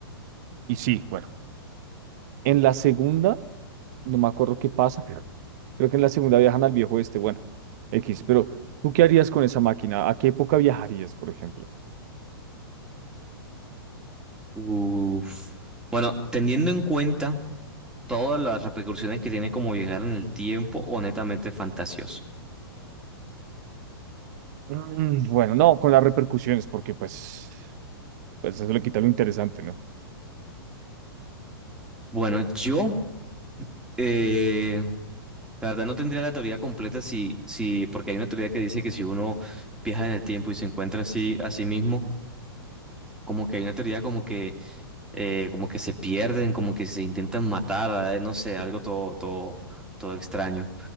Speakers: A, on the right; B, in the centre.
A: Y sí, bueno, en la segunda, no me acuerdo qué pasa, creo que en la segunda viajan al viejo este, bueno, X, pero ¿tú qué harías con esa máquina? ¿A qué época viajarías, por ejemplo?
B: Uf. Bueno, teniendo en cuenta todas las repercusiones que tiene como viajar en el tiempo, honestamente fantasioso.
A: Mm, Bueno, no, con las repercusiones, porque pues, pues eso le quita lo interesante, ¿no?
B: Bueno, yo, eh, La verdad no tendría la teoría completa si, si, porque hay una teoría que dice que si uno viaja en el tiempo y se encuentra así a sí mismo, como que hay una teoría como que, eh, como que se pierden, como que se intentan matar, eh, no sé, algo todo, todo, todo extraño.